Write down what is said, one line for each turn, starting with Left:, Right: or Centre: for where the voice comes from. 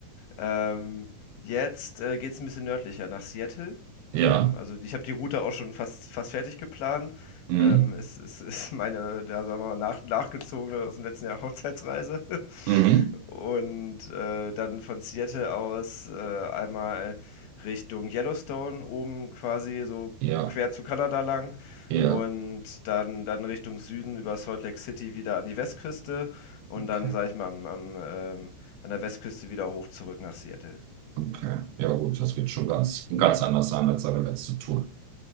Left: ähm, jetzt äh, geht es ein bisschen nördlicher nach Seattle.
Right: Ja.
Left: Ähm, also ich habe die Route auch schon fast, fast fertig geplant.
Right: Mhm.
Left: Ähm, es, es ist meine, da sagen wir mal, nach, nachgezogene aus dem letzten Jahr Hochzeitsreise.
Right: Mhm.
Left: und äh, dann von Seattle aus äh, einmal Richtung Yellowstone, oben quasi so
Right: Ja,
Left: quer zu Kanada lang
Right: ja.
Left: und dann, dann Richtung Süden über Salt Lake City wieder an die Westküste und
Right: Okay.
Left: dann, sag ich mal, am, am, ähm, an der Westküste wieder hoch zurück nach Seattle.
Right: Okay. Ja, gut, das wird schon ganz, ganz anders sein als seine letzte Tour.